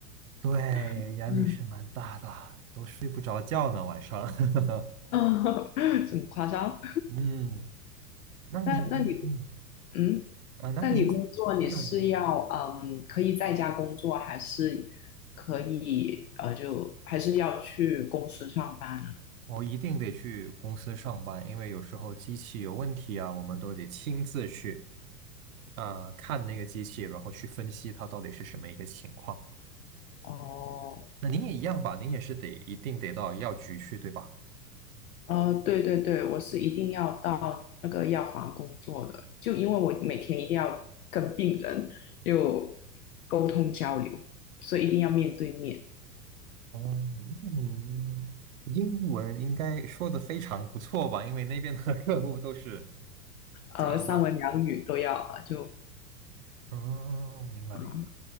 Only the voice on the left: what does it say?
<laughs>
嗯，
<laughs> 这么夸张？
那那你嗯。
那你工作你是要嗯，可以在家工作，还是可以呃，就还是要去公司上班呢？
哦，
呃，对对对，我是一定要到那个药房工作的，就因为我每天一定要跟病人就沟通交流，所以一定要面对面，
呃，
三文两语都要，呃就
啊。嗯